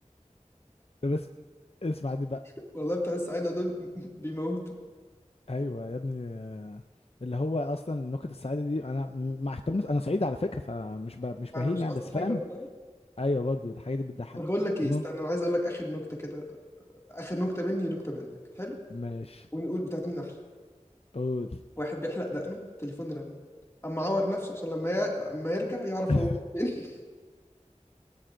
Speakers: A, on the left (about 50°); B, on the left (about 20°).
A: ده بس اسمع دي بقى
B: <laughs> والله بتاع السعاده دول <laughs> بيموتوا
A: ايوه يا ابني آه، اللي هو اصلا نكت السعاده دي انا م- مع احترامي انا صعيدي على فكره فمش ب... مش بهين
B: انا مش
A: يعني
B: قصدي
A: بس
B: حاجه
A: فاهم
B: والله
A: ايوه برضو الحاجه دي بتضحكني
B: طب بقول لك ايه
A: المهم
B: استنى انا عايز اقول لك اخر نكته كده اخر نكته مني ونكته منك حلو
A: ماشي
B: ونقول بتاعت مين احلى
A: قول
B: واحد بيحلق دقنه التليفون رن اما عور نفسه عشان لما ي... ما يرجع يعرف
A: <laughs>
B: هو فين